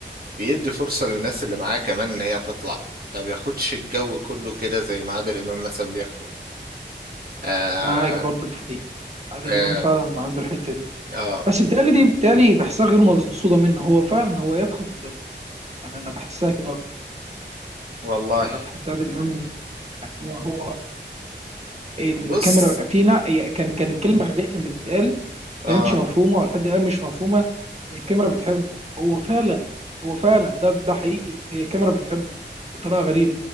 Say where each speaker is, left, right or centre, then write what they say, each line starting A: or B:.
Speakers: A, on the right; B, on the right.
A: بيدي فرصة للناس اللي معاه كمان ان هي تطلع ما بياخدش الجو كله كده زي ما عادل امام مثلا بياخده آه
B: معاك برضك في دي عادل
A: آه,
B: امام فعلا عنده الحته دي
A: اه
B: بس بتهيألي دي بتهيألي بحسها غير مقصوده منه هو فعلا هو ياخد الجو انا انا بحسها كده أكتر.
A: والله
B: انا بحس عادل امام يعني هو هو الكاميرا
A: بص
B: فينا هي كان كان كلمه غبيه كانت بتتقال
A: اه
B: كانتش مفهومه ولحد الان مش مفهومه هي الكاميرا بتحبه هو فعلا هو فعلا ده ده حقيقي هي الكاميرا بتحبه بطريقه غريبه